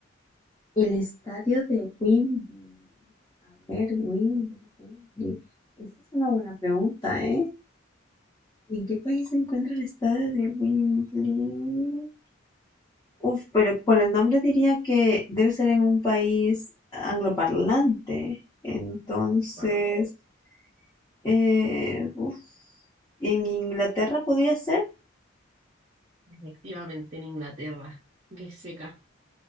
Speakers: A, on the left; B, on the right.
A: El estadio de Wembley. A ver, Wembley, Wembley. Esa es una buena pregunta, ¿eh? ¿En qué país se encuentra el estadio de Wembley? Uf, pero por el nombre diría que debe ser en un país angloparlante. Entonces,
B: Claro,
A: eh, uf, ¿en Inglaterra podría ser?
B: efectivamente en Inglaterra. Qué seca.